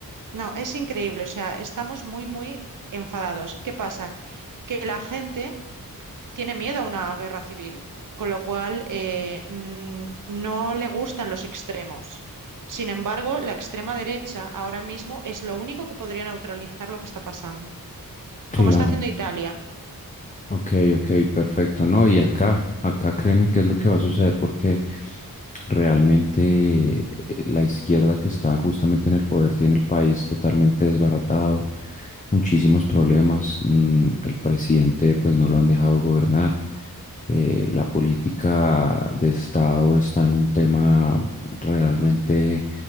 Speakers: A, on the right; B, on the left.
A: no, es increíble, o sea, estamos muy, muy enfadados. ¿Qué pasa? Que la gente tiene miedo a una guerra civil, con lo cual eh, n- no le gustan los extremos. Sin embargo, la extrema derecha ahora mismo es lo único que podría neutralizar lo que está pasando,
B: claro.
A: como está haciendo Italia.
B: Ok, ok, perfecto. No, y acá, acá créeme qué es lo que va a suceder porque realmente eh, la izquierda que está justamente en el poder tiene el país totalmente desbaratado, muchísimos problemas. mm, El presidente pues no lo han dejado gobernar. eh, la política de Estado está en un tema realmente